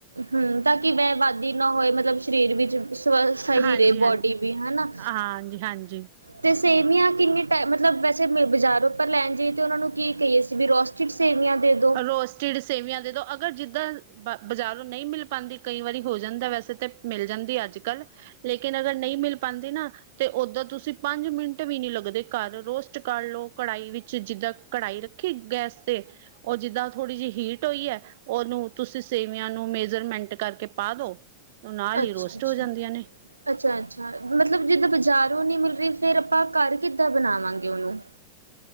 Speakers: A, on the right (about 80°); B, on the right (about 50°).
A: ਹਮ ਤਾਂ ਕਿ ਵੈ ਵਾਦੀ ਨਾ ਹੋਏ ਮਤਲਬ ਸਰੀਰ ਵਿੱਚ। ਸ ਸਹੀ
B: ਹਾਂਜੀ
A: ਰਹੇ
B: ਹਾਂਜੀ
A: ਬੋਡੀ ਵੀ ਹਨਾ
B: ਹਾਂਜੀ ਹਾਂਜੀ
A: ਤੇ ਸੇਵੀਆ ਕਿੰਨੀ ਟਮ ਮਤਲਬ ਵੈਸੇ ਬਾਜ਼ਾਰੋਂ ਪਾ ਲੈਣ ਜਈਏ ਤੇ ਉਹਨਾਂ ਨੂੰ ਕੀ ਕਹੀਏ ਸੀ ਵੀ ਰੋਸਟਿਡ ਸੇਵੀਆ ਦੇ ਦੋ
B: ਰੋਸਟਿਡ ਸੇਵੀਆ ਦੇਦੋ ਅਗਰ ਜਿੱਦਾ ਬਾ ਬਾਜ਼ਾਰੋ ਨਈ ਮਿਲ ਪਾਦੀ ਕਈ ਵਾਰੀ ਹੋ ਜਾਂਦਾ ਵੈਸੇ ਤੇ ਮਿਲ ਜਾਂਦੀ ਅੱਜ ਕੱਲ। ਲੇਕਿਨ ਅਗਰ ਨਈ ਮਿਲ ਪਾਂਦੀ ਨਾ ਤੇ ਓਦਾ ਤੁਸੀਂ ਪੰਜ ਮਿੰਟ ਵੀ ਨਈ ਲੱਗਦੇ ਘਰ ਰੋਸਟ ਕਰ ਲਓ ਕੜਾਹੀ ਵਿੱਚ ਜਿੱਦਾਂ ਕਢਾਈ ਰੱਖੀ ਗੈਸ ਤੇ ਉਹ ਜਿੱਦਾਂ ਥੋੜ੍ਹੀ ਜਿਹੀ ਹੀਟ ਹੋਈ ਹੈ ਉਹਨੂੰ ਤੁਸੀਂ ਸੇਵੀਆ ਨੂੰ ਮੇਜਰਮੈਂਟ ਕਰਕੇ ਪਾ ਦੋ। ਉਹ ਨਾਲ
A: ਅੱਛਾ-ਅੱਛਾ
B: ਹੀ ਰੋਸਟ ਹੋ ਜਾਂਦੀਆਂ ਨੇ
A: ਅੱਛਾ-ਅੱਛਾ ਮਤਲਬ ਜਿੱਦਾ ਬਾਜ਼ਾਰੋ ਨੀ ਮਿਲ ਰਹੀ ਫੇਰ ਆਪਾ ਘਰ ਕਿੱਦਾ ਬਣਾਵਾਂਗੇ ਉਹਨੂੰ।